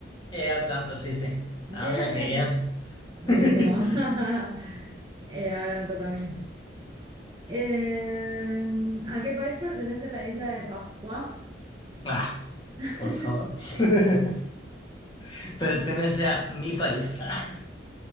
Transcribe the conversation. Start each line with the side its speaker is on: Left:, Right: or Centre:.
Left: Eh, Atlanta, sí, sí.
Right: Bien,
Left: Ah, mira qué bien.
Right: buenísimo.
Left: <laughs>
Right: <laughs> Eh, ahora me toca a mí. Eh, ¿a qué país pertenece la isla de Pascua?
Left: Ah,
Right: <laughs>
Left: por favor. <laughs> Pertenece a mi país. <laughs> Ah,